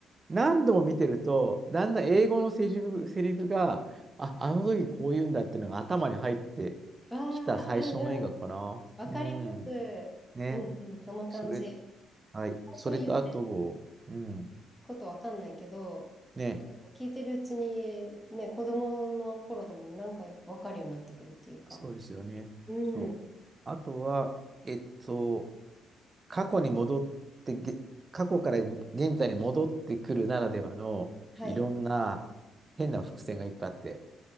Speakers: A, on the right; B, in the centre.
A: 何度も見てると、だんだん英語のセリフ、セリフが、あ、あの時こう言うんだっていうのが頭に入って
B: わあ、
A: きた最初の映画かな。
B: うんうん。わかります。
A: うん。ね。
B: うんうん。その感じ。
A: それ、はい。それとあと、
B: 最初言ってる
A: うん。
B: ことわかんないけど、
A: ね。
B: 聞いてるうちに、ね、子供の頃でもなんかわかるようになってくるっていうか。
A: そうですよね。
B: うん。
A: そう。あとは、えっと、過去に戻ってげ、過去から現在に戻ってくるならではのいろんな
B: はい。
A: 変な伏線がいっぱいあって。